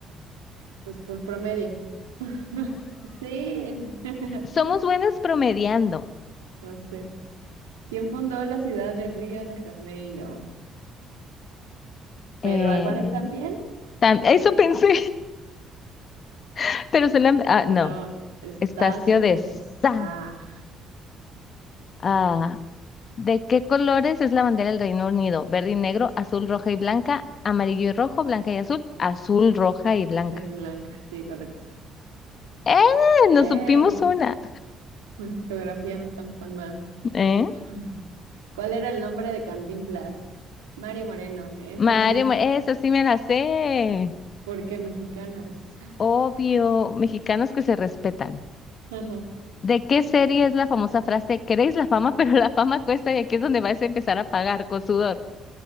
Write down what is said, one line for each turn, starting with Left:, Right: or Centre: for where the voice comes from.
Right: Pues por promedio. <laughs> Sí, <laughs>
Left: Somos buenas promediando.
Right: no sé. ¿Quién fundó la ciudad de Río de Janeiro? ¿Pedro
Left: Eh,
Right: Álvarez también?
Left: tam- eso pensé, <laughs> pero se la... Ah,
Right: No,
Left: no.
Right: Estacio
Left: Estacio de
Right: de
Left: Sa.
Right: Sá.
Left: Ah, ¿de qué colores es la bandera del Reino Unido? Verde y negro, azul, roja y blanca, amarillo y rojo, blanca y azul, azul, roja y blanca.
Right: Jaime Blanca, sí, correcto.
Left: ¡Eh!
Right: Eh,
Left: Nos supimos una.
Right: <laughs> geografía no estamos tan mal.
Left: ¿Eh?
Right: <laughs> ¿Cuál era el nombre de Cantinflas? Mario Moreno, es
Left: Mario,
Right: así,
Left: Ma- eso sí me la sé.
Right: porque mexicanas.
Left: Obvio, mexicanos que se respetan.
Right: <laughs>
Left: ¿De qué serie es la famosa frase, queréis la fama, <laughs> pero la fama cuesta y aquí es donde vais a empezar a pagar con sudor?